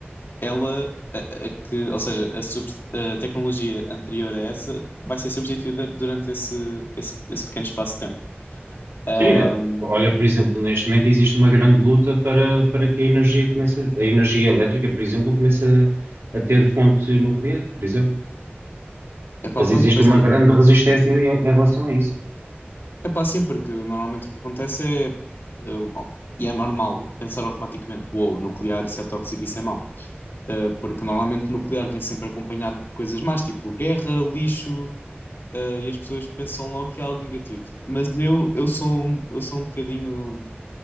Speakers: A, on the left; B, on the right.
A: ela, a, a- que, ou seja, a, subs- a tecnologia anterior a essa vai ser substituída durante esse, esse, esse pequeno espaço de tempo. Ahm,
B: Sim, é. Olha, por exemplo, neste momento existe uma grande luta para, para que a energia comece, a energia elétrica, por exemplo, comece a, a ter fonte nuclear, por exemplo.
A: epá,
B: Mas
A: pronto,
B: existe
A: por exemplo.
B: uma grande resistência em, em relação a isso.
A: É pá, sim, porque normalmente o que acontece é. eh, oh, e é normal pensar automaticamente: uou, nuclear, isso é tóxico, isso é mau. Eh, porque normalmente nuclear vem sempre acompanhado de coisas más, tipo guerra, lixo, eh, e as pessoas pensam logo que é algo negativo. Mas eu, eu sou, um- eu sou um bocadinho